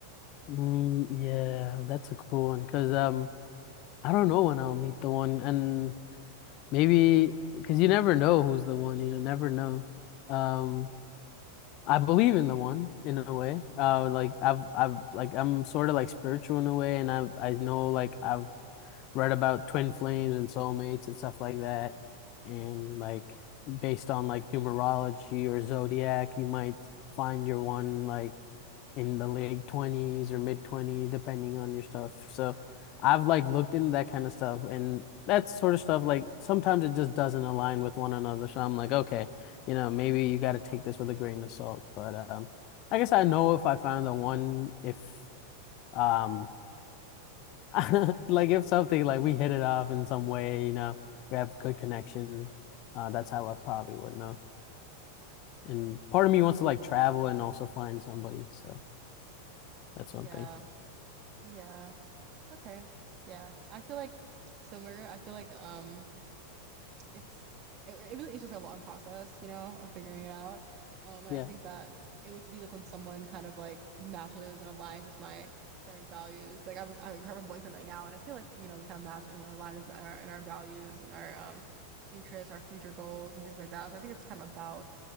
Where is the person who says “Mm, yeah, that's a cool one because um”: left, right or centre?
Left